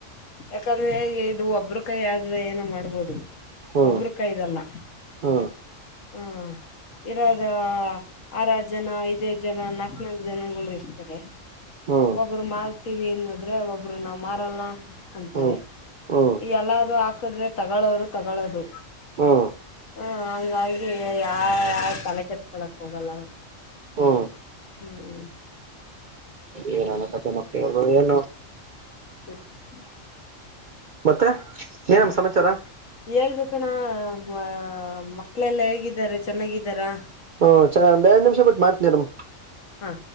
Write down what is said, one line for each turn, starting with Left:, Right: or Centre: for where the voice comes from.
Left: ಯಾಕಂದ್ರೆ ಇದು ಒಬ್ಬ್ರುಕೈಯಾದ್ರೆ ಏನೋ ಮಾಡ್ಬೋದು
Right: ಹ್ಮ್
Left: ಒಬ್ರುಕೈದಲ್ಲ
Right: ಹ್ಮ್
Left: ಹ್ಮ್ ಇರೋದ ಆರಾರ್ಜನಾ ಐದೈದ್ಜನ ನಾಕ್ನಾಕ್ಜನಗಳು ಇರ್ತಾರೆ
Right: ಹ್ಮ್
Left: ಒಬ್ರು ಮಾಲ್ತಿವಿ ಅನ್ನದ್ರೆ ಒಬ್ ಒಬ್ರು ನಾವ್ ಮಾರಲ್ಲ ಅಂತಾರೆ
Right: ಹ್ಮ್ ಹ್ಮ್
Left: ಎಲ್ಲಾರೂ ಹಾಕದ್ರೆ ತಗಳವ್ರು ತಗಳದು
Right: ಹ್ಮ್
Left: ಹ ಅಂಗಾಗಿ ಯಾಯಾರ್ ತಲೆ ಕೆಡ್ಸ್ಕೊಳಕ್ಕೊಗಲ್ಲ
Right: ಹ್ಮ್
Left: ಹ್ಮ್
Right: ಏನೇನೋ ಕತೇನಪ್ಪಾ ಇವ್ರ್ದು ಏನೋ
Left: <unintelligible>
Right: ಮತ್ತೆ ಏನಮ್ಮ
Left: ಹ್ಮ
Right: ಸಮಾಚಾರ
Left: ಹೇಳ್ಬೇಕಣ ಮ ಮಕ್ಳೆಲ್ಲಾ ಹೇಗಿದ್ದಾರೆ ಚೆನ್ನಾಗಿದ್ದಾರ
Right: ಹಓ ಚೆನ್ನ ಒಂದ್ ಎರಡ್ ನಿಮಿಷ ಬಿಟ್ಟು ಮಾಡ್ತನರ
Left: ಹಾ